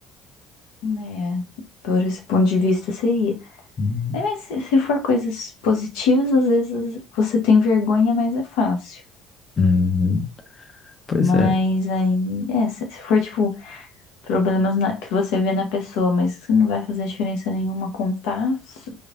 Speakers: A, on the left (about 70°); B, on the left (about 30°).
A: né, por esse ponto de vista seria.
B: Hum,
A: É, mas se, se for coisas positivas, às vezes você tem vergonha, mas é fácil.
B: hum, pois
A: Mas
B: é,
A: aí, é, se, se for tipo problemas na- que você vê na pessoa, mas que não vai fazer diferença nenhuma contar, s-